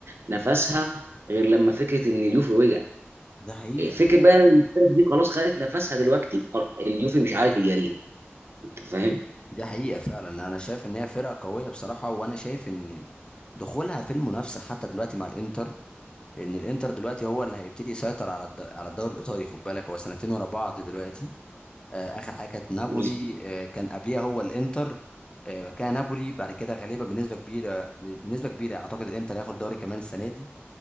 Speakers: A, on the right; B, on the left.
A: نفسها غير لما فكره ان اليوفي وقع
B: ده حقيقه
A: فكره بقى إن الفرق دي خلاص خدت نفسها دلوقتي خلاص اليوفي مش عارف يجاريها انت فاهم
B: دي حقيقه فعلا انا شايف ان هي فرقه قويه بصراحه وانا شايف ان دخولها في المنافسه حتى دلوقتي مع الانتر لان الانتر دلوقتي هو اللي هيبتدي يسيطر على الد... على الدوري الايطالي خد بالك هو سنتين ورا بعض دلوقتي آه، اخر حاجه كانت نابولي
A: بالظبط.
B: آه، كان قبليها هو الانتر آه، كان نابولي بعد كده غالبا بنسبه كبيره بنسبه كبيره اعتقد الانتر هياخد دوري كمان السنه دي